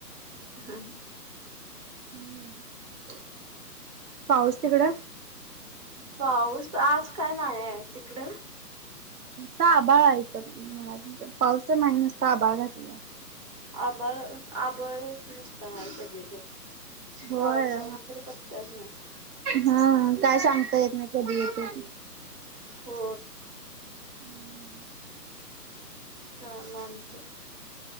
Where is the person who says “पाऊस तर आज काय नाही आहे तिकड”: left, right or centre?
Right